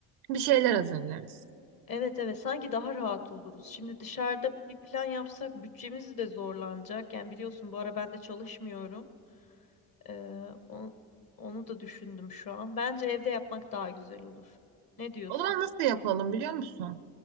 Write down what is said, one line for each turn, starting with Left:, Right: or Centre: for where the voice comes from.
Right: Bir şeyler hazırlarız.
Left: Evet evet sanki daha rahat oluruz. Şimdi dışarıda bir plan yapsak bütçemiz de zorlanacak. Yani biliyorsun bu ara ben de çalışmıyorum. Ee, o- onu da düşündüm şu an. Bence evde yapmak daha güzel olur. Ne diyorsun?
Right: O zaman nasıl yapalım biliyor musun?